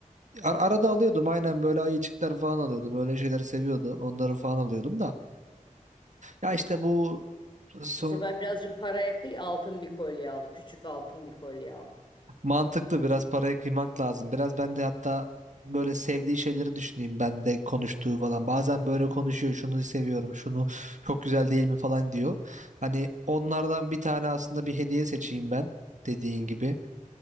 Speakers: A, on the right; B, on the left.
A: Ar- arada alıyordum aynen böyle ayıcıklar falan alıyordum. Öyle şeyleri seviyordu. Onları falan alıyordum da. Ya işte bu son
B: Bu sefer birazcık paraya kıy altın bir kolye al. Küçük altın bir kolye al.
A: mantıklı biraz paraya kıymak lazım. Biraz ben de hatta böyle sevdiği şeyleri düşüneyim ben de konuştuğu falan. Bazen böyle konuşuyor şunu seviyorum şunu çok güzel değil mi falan diyor. Hani onlardan bir tane aslında bir hediye seçeyim ben dediğin gibi.